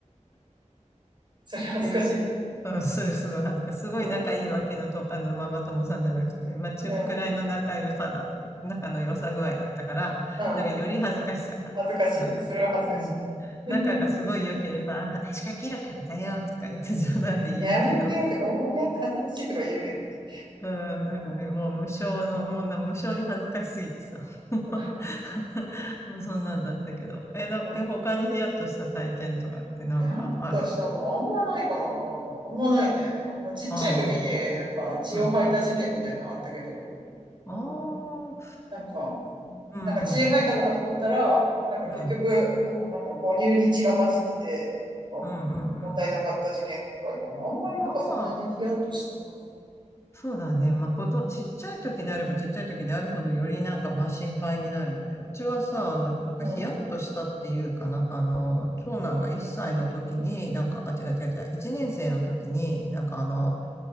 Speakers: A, on the right (about 35°); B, on the left (about 20°).
A: それ恥ずかしいね。
B: ていう。うん、する、すごい恥ずかしい。すごい仲いいわけのと、
A: うん。
B: あの、ママ友さんじゃなくて、まあ、中くらいの仲良さだって、
A: うん。
B: 仲の良さ具合だったから、
A: うん。
B: なんかより恥ずかしさがあった。
A: 恥ずかしいね。
B: なんか、
A: それは恥ずかしい
B: うん、仲がすごい良ければ、
A: ね。
B: 話しかけるからだよ、とか言って冗談で言えるけど、
A: <laughs> やめてとか、おーやだ、恥ずかしいとか言えるけどね。
B: うん、なんかね、もう無償の、もうな、無償に恥ずかしすぎてさ、もう
A: <laughs>
B: <laughs> もうそんなんだったけど。え、な、
A: うん。
B: え、他にヒヤッとした体験とかってなんかある
A: にゃんとしたの、あんまないかな。あんまないね。あんまちっちゃい時になんか血を吐いた事件みたいなのはあったけど。
B: ああ、うん。ああ、
A: うんなんか、
B: うん、
A: なんか血入ったのかと思ったら、なんか結局、
B: うん。
A: あの、なんか母乳に血が混じってて、なんか、も
B: うんうん
A: ったいなかった事件くらいかな。あんまりなんかそんなにヒヤッとしたのはない。
B: うん。まあ、そうだね。まあ、こと、ちっちゃい時であればちっちゃい時であるほどよりなんかまあ心配になるよね。うちはさ、あの、なんかヒヤッとしたっていうかなんかあの、
A: うん。
B: 長男が1歳の時に、なんか、あ、違う違う違う、1年生の時に、なんかあの、